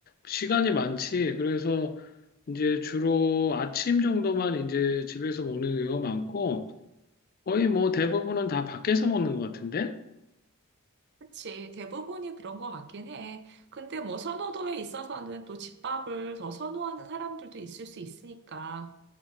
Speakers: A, on the left (about 40°); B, on the right (about 50°).
A: 시간이 많지. 그래서 이제 주로 아침 정도만 이제 집에서 먹는 경우가 많고, 거의 뭐 대부분은 다 밖에서 먹는 것 같은데?
B: 그치. 대부분이 그런 것 같긴 해. 근데 뭐 선호도에 있어서는 또 집밥을 더 선호하는 사람들도 있을 수 있으니까.